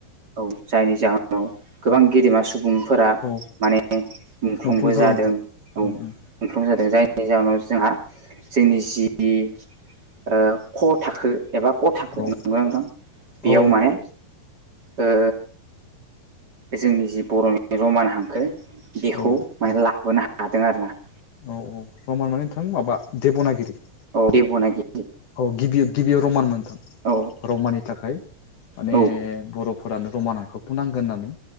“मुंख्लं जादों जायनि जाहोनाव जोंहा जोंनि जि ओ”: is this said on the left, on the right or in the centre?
Right